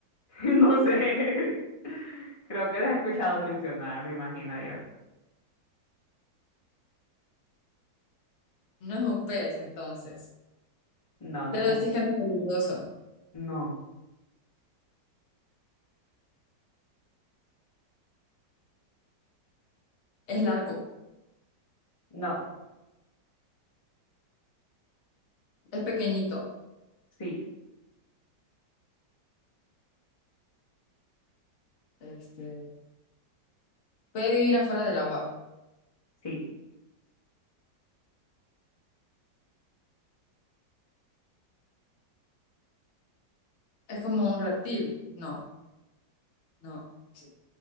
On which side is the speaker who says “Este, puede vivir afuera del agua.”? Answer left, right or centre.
Left